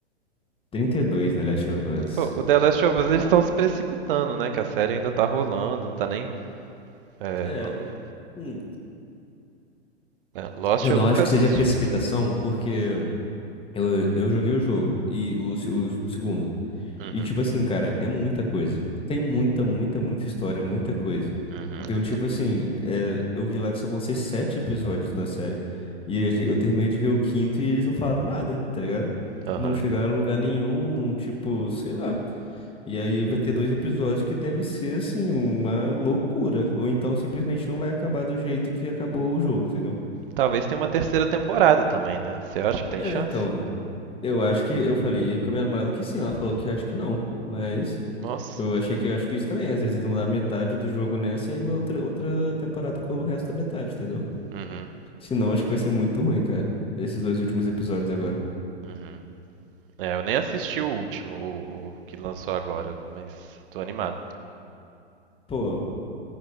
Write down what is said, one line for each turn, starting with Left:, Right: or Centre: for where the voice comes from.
Left: 32 The Last of Us.
Right: Pô, o The Last of Us eles estão se precipitando, né? Que a série ainda tá rolando, não tá nem. É,
Left: É,
Right: não- não-
Left: hum,
Right: é, Lost
Left: eu
Right: eu
Left: não
Right: nunca
Left: acho que
Right: assisti.
Left: seja precipitação, porque. Eu, eu joguei o jogo e o, se- o, o segundo.
Right: Uhum.
Left: E tipo assim, cara, é muita coisa. Tem muita, muita, muita história, muita coisa.
Right: Uhum.
Left: Então, tipo assim, é, eu vi lá que só vão ser sete episódios da série. E a gen- eu terminei de ver o quinto e eles não falaram nada, tá ligado?
Right: Aham.
Left: Não chegaram a lugar nenhum, não, tipo, sei lá. E aí vai ter dois episódios que deve ser, assim, uma loucura. Ou então simplesmente não vai acabar do jeito que acabou o jogo, entendeu?
Right: Talvez tenha uma terceira temporada também, né? Você acha que tem
Left: É,
Right: chance?
Left: então, eu acho que eu falei com a minha namorada que sim, ela falou que acho que não, mas
Right: Nossa.
Left: eu achei que eu acho que isso também, às vezes eles vão dar metade do jogo nessa e aí uma outra, outra temporada com o resto da metade, entendeu?
Right: Uhum.
Left: Senão acho que vai ser muito ruim, cara, esses dois últimos episódios agora.
Right: Uhum. É, eu nem assisti o último, o, o que lançou agora, mas tô animado.
Left: Pô,